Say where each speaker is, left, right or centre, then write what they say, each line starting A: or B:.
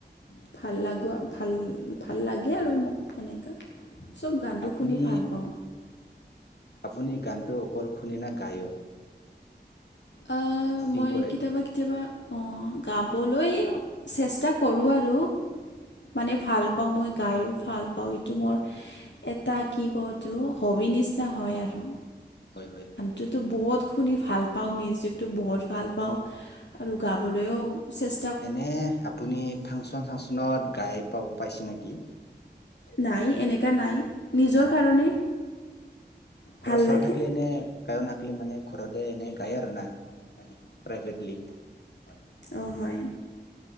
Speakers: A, on the left (about 70°); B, on the left (about 85°).
A: উম,
B: ভাল লাগ ভাল
A: উম।
B: ভাল লাগে আৰু মোক এনেকা। চব গানটো
A: আপুনি
B: শুনি ভাল পাওঁ
A: আপুনি গানটো অকল শুনে না গায়ো।
B: আ
A: মানে চিং
B: মই
A: কৰে
B: কেতিয়াবা কেতিয়াবা অ গাবলৈ চেষ্টা কৰোঁ আৰু মানে
A: উম,
B: ভাল পাওঁ মই। গায়ো ভাল পাওঁ এইটো মোৰ
A: উম,
B: এটা কি কওঁ এইটো হবি নিচিনা হয় আৰু
A: হয় হয়।
B: যোটো বহুত শুনি ভাল পাওঁ মিউজিকটো বহুত
A: উম।
B: ভাল পাওঁ। আৰু গাবলৈও চেচ
A: এনে আপুনি ফাংচন চাংচনত গাই পাব পাইছে নেকি।
B: নাই এনেকা নাই নিজৰ কাৰণে ভাল
A: ঘৰৰ ওচৰত
B: লাগে
A: থাকিলে এনে কায়ন আকলি মানে ঘৰতে এনে গায় আৰু না মানে প্ৰাইভেটলি হয় হয়।
B: অ হয়